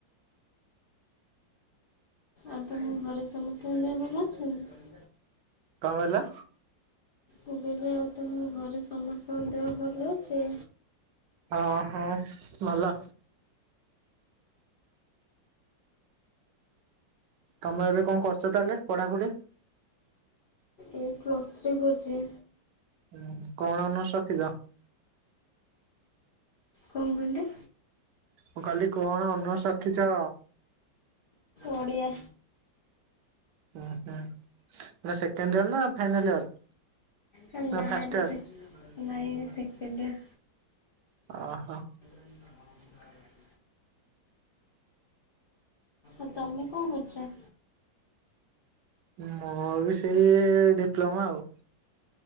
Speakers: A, on the left; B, on the right.
A: ଆଉ ତମ ଘରେ ସମସ୍ତଙ୍କ ଦେହ ଭଲ ଅଛନ୍ତି।
B: କଣ କହିଲ?
A: ମୁଁ କହିଲି ଆଉ ତମ ଘରେ ସମସ୍ତଙ୍କ ଦେହ ଭଲ ଅଛି?
B: ହଁ ହଁ ଭଲ। ତମେ ଏବେ କଣ କରୁଛ ତାହେଲେ ପଢାପଢି?
A: ଏଇ ପ୍ଲସ୍ ଥ୍ରୀ କରୁଛି।
B: ହୁଁ କଣ ଅନର୍ସ ରଖିଛ?
A: କଣ କହିଲେ?
B: ମୁଁ କହିଲି କଣ ଅନର୍ସ ରଖିଛ?
A: ଓଡ଼ିଆ।
B: ଉ ହୁଁ ଏଇଟା ସେକେଣ୍ଡ ଇୟର ନା ଫାଇନାଲ ଇୟର?
A: କେ ନାଏଟା
B: ନା ଫାଷ୍ଟ ଇୟର?
A: ସେକେ- ନାଇଁ ସେକେଣ୍ଡଇଅର।
B: ଓହୋ।
A: <inaudible> ଆଉ ତମେ କଣ କରୁଛ?
B: ମୋର ବି ସେଇ ଡିପ୍ଲୋମା ଆଉ।